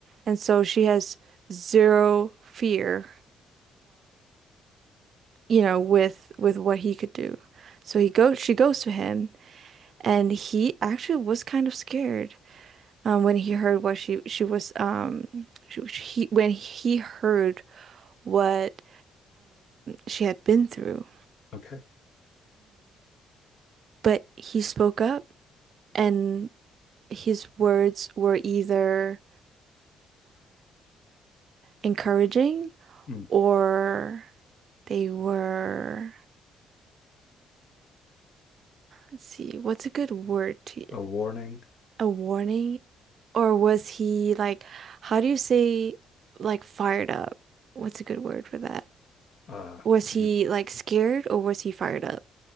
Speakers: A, on the right; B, on the left.
A: and so she has zero fear, you know, with with what he could do. So he goes she goes to him and he actually was kind of scared um, when he heard what she she was um she, he when he heard what she had been through.
B: Okay.
A: But he spoke up, and his words were either encouraging
B: Mm.
A: or they were, let's see, what's a good word to
B: A warning.
A: a warning? Or was he like, how do you say like fired up? What's a good word for that?
B: Uh,
A: Was he
B: he,
A: like scared or was he fired up?